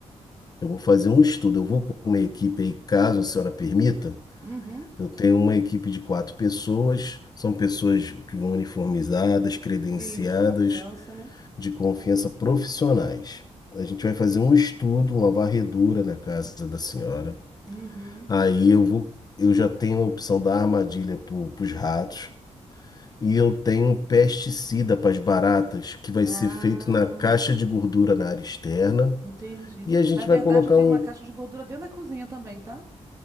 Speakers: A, on the left; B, on the right.
A: Eu vou fazer um estudo, eu vou com uma equipe aí, caso a senhora permita.
B: Uhum.
A: Eu tenho uma equipe de quatro pessoas, são pessoas que vão uniformizadas, credenciadas,
B: Sim, de confiança, né?
A: de confiança profissionais. A gente vai fazer um estudo, uma varredura na casa da senhora.
B: Uhum.
A: Aí eu vou, eu já tenho a opção da armadilha para os ratos e eu tenho um pesticida para as baratas que vai
B: Ah.
A: ser feito na caixa de gordura na área externa
B: Entendi.
A: e a gente
B: Na verdade,
A: vai colocar
B: eu tenho
A: um.
B: uma caixa de gordura dentro da cozinha também, tá?